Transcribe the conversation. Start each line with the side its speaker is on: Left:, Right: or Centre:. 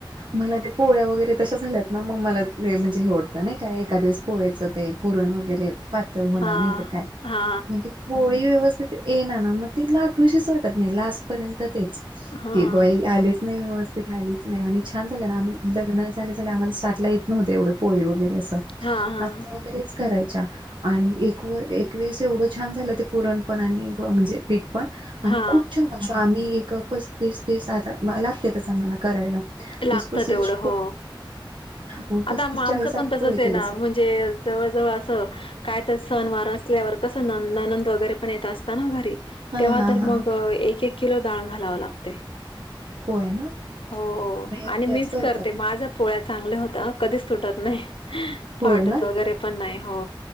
Right: मला ते पोळ्या वगैरे तशा झाल्यात ना मग मला ते म्हणजे हेवडतं नाही काय एका दिवस पोळ्याचं ते पुरण वगैरे पातळ होणार
Left: हा
Right: नाही तर काय
Left: हा
Right: म्हणजे पोळी व्यवस्थ तर ते ये ना ना मग ती लाठूशीच वाटत नाही लाट पर्यंत ते
Left: हा
Right: कि बाई आलेच नाही व्यवस्थित आलीच नाही आणि छान झालं ना आम्ही लग्न झालं झा आम्हाला स्टाला येतव्हते एवढे पोळी वगैरे अस
Left: हा हा
Right: आ वगैरेच करायच्या आणि एक व एक वेळेस एवढं छान झालं ते पुरणपण आणि म्हणजे पठ पण आणि
Left: हा
Right: खूप छान अस आम्ही एक पस्तीस तेस आ लागते त्याच आम्हाला करायला.
Left: लागतं
Right: तीस पस्तीसय
Left: तेवढं हो
Right: मग पस्तीस
Left: आता आमचं
Right: चाळीसात
Left: पण तसंच
Right: पोळे
Left: आहे
Right: केले.
Left: ना म्हणजे जवळ जवळ अस काय तर सण वार असल्यावर कसं नंद आनंद वगैरे पण येत असताना घरी
Right: हा
Left: तेव्हा
Right: हा
Left: तर
Right: हा.
Left: मग एक एक किलो डाळ घालाव लागते.
Right: होय ना
Left: हो
Right: मग एकट्याच
Left: आणि मीच
Right: करतात
Left: करते माझा पोळ्या चांगल्या होत कधीच तुटत नाही.
Right: होय
Left: फटत
Right: ना
Left: वगैरे पण नाही हो